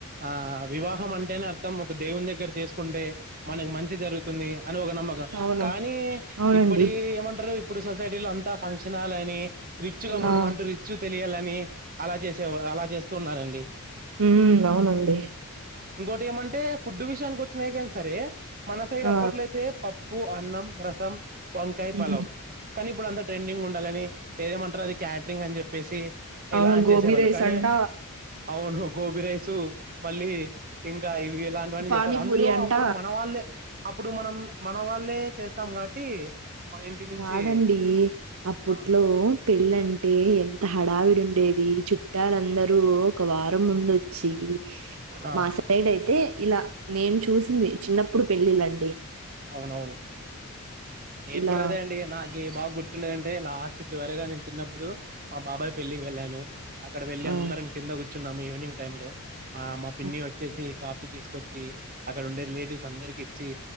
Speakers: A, on the right; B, on the right.
A: ఆ వివాహం అంటేనే అర్థం ఒక దేవుని దగ్గర చేసుకుంటే మనకు మంచి మంచి జరుగుతుంది అని ఒక నమ్మకం
B: అవును
A: కానీ
B: అవునండి
A: ఇప్పటి ఏమంటారు ఇప్పుడు సొసైటీలో అంతా ఫంక్షన్ హాల్ అని రిచ్ గా మనం
B: ఆ
A: అంటూ రిచ్ తెలియాలి అని అలా చేసే వారు అలా చేస్తున్నారండి డి
B: ఉమ్ అవునండి
A: ఇంకోటి ఏమంటే ఫుడ్ విషయానికి వచ్చినాయి కానీ సరే మన సైడ్
B: ఆ!
A: అప్పట్లో అయితే పప్ పూ అన్నం, రసం వంకాయ
B: హ్మ్.
A: పలావ్ కానీ ఇప్పుడు అందరు ట్రెండింగ్ ఉండాలని ఏదేమంటారు అది క్యాటరింగ్ అని చెప్పేసి
B: అవును.
A: ఇలా అని
B: గోబీ
A: చేసేవాళ్ళు
B: రైస్
A: కానీ
B: అంట,
A: అవును గోబి రైస్ మళ్ళీ ఇంకా ఇవి ఇలాంటివన్నీ
B: పానీపూరి
A: చేస్తారు అందులో
B: అంట.
A: అప్పుడు మన వాళ్ళే అప్పుడు మనం మన వాళ్ళే చేస్తాం కాబట్టి మన ఇంటి నుంచి
B: కాదండి అప్పట్లో
A: ఆ
B: పెళ్ళంటే ఎంత హడావిడి ఉండేది చుట్టాలందరూ ఒక వారం ముందు వచ్చి.
A: ఆ
B: మా సైడ్ అయితే ఇలా నేను చూసింది. చిన్నప్పుడు పెళ్ళిళండి
A: అవునవును నేను
B: ఇలా,
A: కూడా అదే అండి నాకు బాగా గుర్తుండదంటే లాస్ట్ చివరగా నేను చిన్నప్పుడు మా బాబాయ్ పెళ్లికి వెళ్ళాను. అక్కడ వెళ్ళలి
B: ఆ!
A: అందరం కింద కూర్చొ చున్నాము ఈవినింగ్ టైమ్ లో ఆ మా పిన్ని
B: హ్మ్.
A: వచ్చేసి కాఫ తీసుకొచ్చి అక్కడ ఉండే రిలేటివ్స్ అందరికి ఇచ్చి